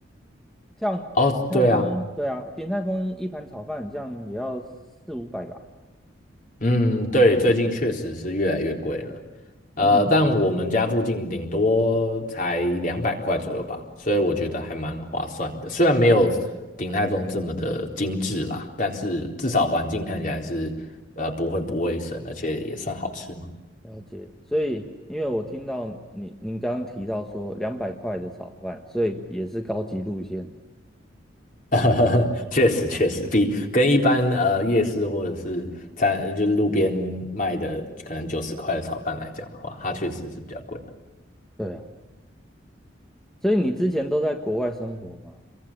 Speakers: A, in the centre; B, on the left (about 45°).
A: 像鼎泰丰，
B: 哦，对啊，
A: 对啊，鼎泰丰一盘炒饭好像也要四五百吧。
B: 嗯，对，最近确实是越来越贵了，呃，
A: 嗯，
B: 但我们家附近顶多才两百块左右吧，所以我觉得还蛮划算的。虽然没有鼎泰丰这么的精致啦，但是至少环境看起来是呃不会不卫生，而且也算好吃嘛。
A: 了解，所以因为我听到你您刚刚提到说两百块的炒饭，所以也是高级路线。
B: <laughs> 确实确实，比跟一般呃夜市或者是餐就是路边卖的可能九十块的炒饭来讲的话，它确实是比较贵。的。
A: 对啊，所以你之前都在国外生活吗？